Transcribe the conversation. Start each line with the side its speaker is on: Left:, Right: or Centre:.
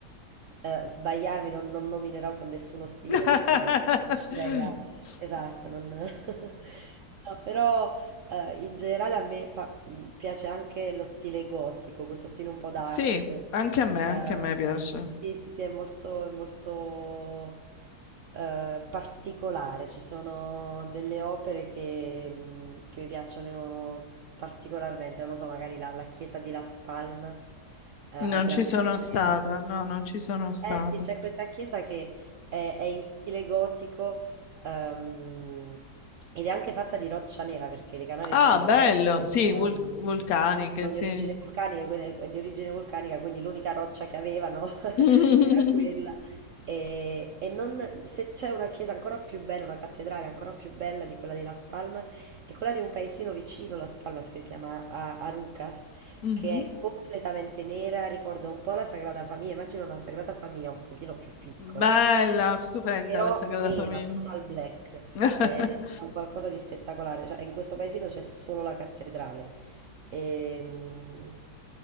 Right: eh, sbagliarmi non, non nominerò con nessuno stile
Left: <laughs>
Right: perché non riuscirei a... Esatto, non... <laughs> No, però eh, in generale a me fa- mh, piace anche lo stile gotico, questo stile un po' dark.
Left: Sì, anche a me,
Right: Eh,
Left: anche a me piace.
Right: sì, sì, sì, è molto, è molto eh, particolare. Ci sono delle opere che, mh, che mi piacciono particolarmente, non lo so, magari la, la chiesa di Las Palmas eh, a
Left: Non
Right: Gran
Left: ci sono
Right: Canaria.
Left: stata, no, non ci sono stata.
Right: Eh sì, c'è questa chiesa che è, è in stile gotico Ehm, ed è anche fatta di roccia nera perché le Canarie
Left: Ah,
Right: sono,
Left: bello, sì, vul-
Right: ehm,
Left: vulcaniche,
Right: sono di
Left: sì.
Right: origine vulcanica, quelle- di origine vulcanica, quindi l'unica roccia che avevano <laughs>
Left: <laughs>
Right: era quella. E, e non- se c'è una chiesa ancora più bella, una cattedrale ancora più bella di quella di Las Palmas, è quella di un paesino vicino Las Palmas che si chiama A- Arucas,
Left: Mhm.
Right: che è completamente nera, ricorda un po' la Sagrada Famiglia. Immagino una Sagrada Famiglia un pochino più piccola
Left: Bella, stupenda
Right: però
Left: la Sagrada
Right: nera,
Left: Famiglia.
Right: total black,
Left: <laughs>
Right: è è un qualcosa di spettacolare, cioè in questo paesino c'è solo la cattedrale Ehm,